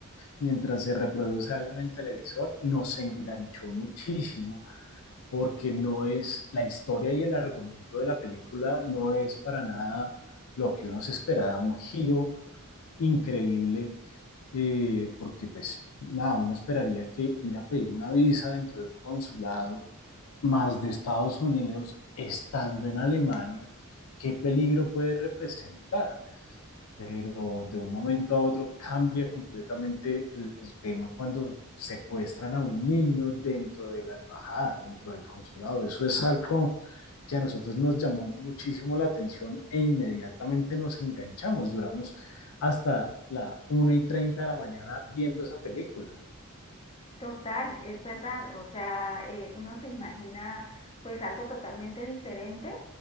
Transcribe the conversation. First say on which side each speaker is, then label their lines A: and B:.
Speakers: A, on the left; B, on the left.
A: mientras se reproduce algo en el televisor. Nos enganchó muchísimo porque no es la historia y el argumento de la película, no es para nada lo que uno se esperaba, un giro increíble eh, porque pues nada, uno esperaría que ir a pedir una visa dentro de un consulado más de Estados Unidos, estando en Alemania, ¿qué peligro puede representar? pero de un momento a otro cambia completamente el, el, tema cuando secuestran a un niño dentro de la embajada, dentro del consulado. Eso es algo que a nosotros nos llamó muchísimo la atención e inmediatamente nos enganchamos, duramos hasta la una y 30 de la mañana viendo esa película.
B: Total, es verdad. O sea, eh, uno se imagina pues algo totalmente diferente